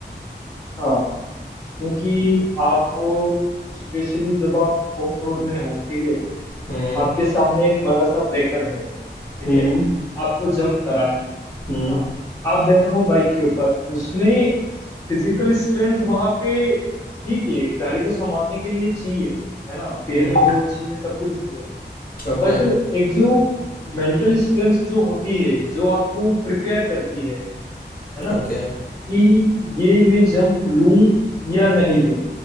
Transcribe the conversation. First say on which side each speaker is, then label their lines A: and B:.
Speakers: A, on the left; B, on the left.
A: हाँ क्योंकि आप स्पेशली जब आप ऑफ रोड में हो ठीक है
B: हम्म
A: आपके सामने एक बड़ा सा ब्रेकर है ठीक
B: हम्म
A: है आपको जंप कराना है
B: हम्म
A: है ना आप बैठे हो बाइक के ऊपर उसमें फिजिकल स्ट्रेंथ वहां पे ठीक है गाड़ी को संभालने के लिए चाहिए है ना पैर
B: हम्म
A: में जोर चाहिए सब कुछ चाहिए
B: ओके
A: बट एक जो मेंटल स्ट्रेंथ जो होती है जो आपको प्रिपेयर करती है है ना
B: ओके
A: कि ये मैं जंप लूं या नहीं लूं